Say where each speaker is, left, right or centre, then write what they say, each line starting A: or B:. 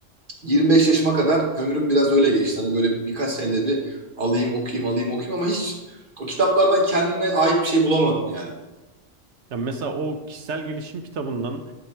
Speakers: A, on the right; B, on the right.
A: 25 yaşıma kadar ömrüm biraz öyle geçti. Hani böyle birkaç senede bir alayım okuyayım alayım okuyayım ama hiç o kitaplardan kendime ait bir şey bulamadım yani.
B: Ya mesela o kişisel gelişim kitabından